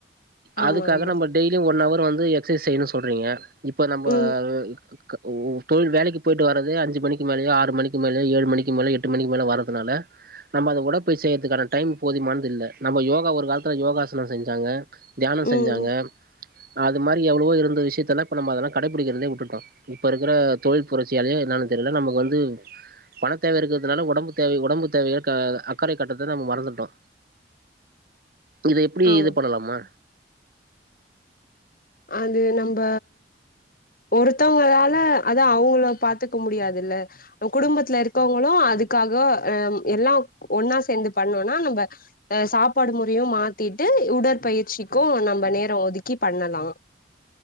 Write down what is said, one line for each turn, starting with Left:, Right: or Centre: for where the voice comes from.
Right: அதுக்காக
Left: ஆமா ஆமா
Right: நம்ம டெய்லியு ஒன்னவர் வந்து எக்ஸ்சைஸ் செய்யணு சொல்றீங்க இப்ப நம்ப
Left: ம்
Right: க ஓ ஓ தொழில் வேலைக்கு போய்டு வரது அஞ்சு மணிக்கு மேலயோ ஆறு மணி மேலயோ ஏழு மணிக்கு மேலே எட்டு மணிக்கு மேலே வரதுனால நம்ம அத உடற்பயிற்சி செய்றதுக்கான டைம் போதுமானது இல்ல நம்ம யோகா ஒரு காலத்துல யோகா சனோ செஞ்சாங்க தியானோ செஞ்சாங்க
Left: ம்
Right: அது மாரி எவ்ளவோ இருந்த விஷயத்தல்லா இப்ப நம்ம அதல்லா கடைபிடிக்கிறதே வுட்டுட்டோ இப்ப இருக்குற தொழில் புரட்சியாலயோ என்னன்னு தெர்ல நமக்கு வந்து பணத் தேவ இருக்குறதுனால ஒடம்பு தேவை ஒடம்பு தேவைகள் க அக்கறை காட்டுறத நம்ம மறந்துட்டோ இத எப்டி
Left: ஆமா
Right: இது பண்ணலாமா
Left: அது நம்ப ஒருத்தவுங்களால அத அவுங்கள பாத்துக்க முடியாதுல்ல குடும்பத்துல இருக்கவங்களு அதுக்காக எல்லம் எல்லாம் ஒன்னா சேர்ந்து பண்ணோனா நம்ப அ சாப்பாடு முறையு மாத் த்திட்டு உடற்பயிற்சிக்கு நம்ப நேரோ ஒதுக்கி பண்ணலா